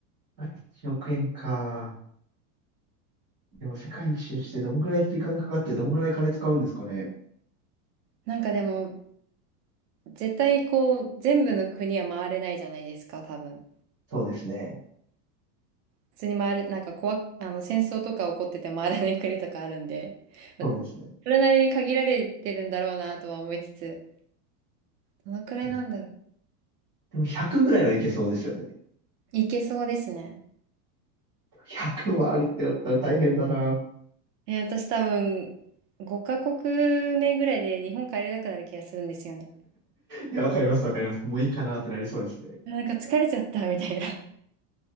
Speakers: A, on the right; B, on the right.
A: あ、1億円か。でも世界一周してどんぐらい時間かかってどんぐらい金使うんですかね。
B: なんかでも、絶対こう、全部の国は回れないじゃないですか、多分。
A: そうですね。
B: 普通に回る、なんか怖、あの、戦争とか起こってて回らない国とかあるんで、まあ
A: そうですね。
B: それなりに限られてるんだろうなとは思いつつ、どのくらいなんだろう。
A: はいでも100ぐらいはいけそうですよね。
B: いけそうですね。
A: 100もあるってなったら大変だな。
B: えー私多分、5カ国目ぐらいで日本帰りたくなる気がするんですよね。
A: いや、わかります、わかります。もういいかなってなりそうですね。
B: なんか疲れちゃったみたいな。<laughs>